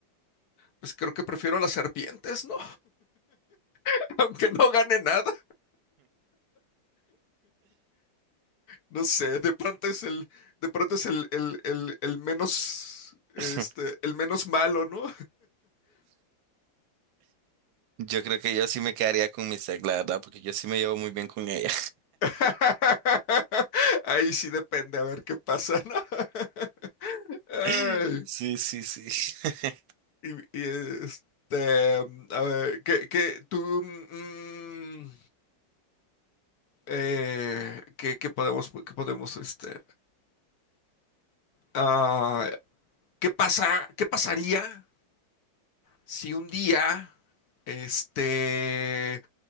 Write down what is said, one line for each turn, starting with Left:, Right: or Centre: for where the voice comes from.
Left: pues creo que prefiero las serpientes, ¿no? <laughs> aunque no gane nada, no sé, de pronto es el, de pronto es el, el, el, el menos, este,
Right: <laughs>
Left: el menos malo, ¿no?
Right: Yo creo que yo sí me quedaría con mi ex, la verdad, porque yo sí me llevo muy bien con ella.
Left: <laughs> Ahí sí depende, a ver qué pasa, ¿no? <laughs> Ay,
Right: <laughs> Sí, sí, sí. <laughs>
Left: y, y, este, a ver, ¿qué, qué, tú, mm, eh, qué, qué podemos, qué podemos, este, ah, ¿qué pasa, qué pasaría si un día, este,